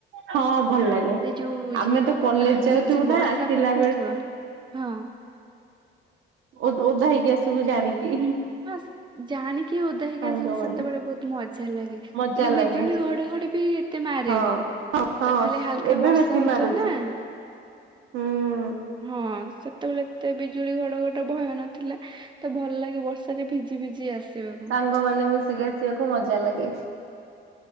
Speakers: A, on the right (about 80°); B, on the right (about 25°).
A: ହଁ ଭଲ ଲାଗେ
B: ସେ ଯୋଉ
A: ଆମେ
B: ଝି ଝିପ
A: ତ କଲେଜ ଯାଉଥିବୁ
B: ଝିପ
A: ନା
B: ବର୍ଷା
A: ଆସିଲା
B: ପକଉଥିବା ହଁ।
A: ଓ- ଓଧା ହେଇକି ଆସିବୁ ଜାଣିକି।
B: ହଁ ଜାଣିକି ଓଧା ହେଇକି
A: ସାଙ୍ଗମାନେ
B: ଆସିବାକୁ ସେତେବେଳେ ବହୁତ ମଜା ଲାଗେ।
A: ମଜା
B: ମାନେ ବିଜୁଳି
A: ଲାଗେ
B: ଘଡଘଡି ବି ଏତେ ମାରେନି
A: ହଁ। ହଁ
B: ତ ଖାଲି ହାଲକା
A: ଏବେ
B: ବର୍ଷା
A: ବେଶୀ
B: ହଉଥିବ
A: ମାରୁଛି
B: ନା।
A: ହୁଁ।
B: ହଁ ସେତେବେଳେ ଏତେ ବିଜୁଳି ଘଡ ଘଟି ଭୟ ନଥିଲା। ତ ଭଲ ଲାଗେ ବର୍ଷାରେ ଭିଜି ଫିଜି ଆସିବାକୁ।
A: ସାଙ୍ଗ ମାନେ ମିଶି ଆସିବାକୁ ମଜା ଲାଗେ।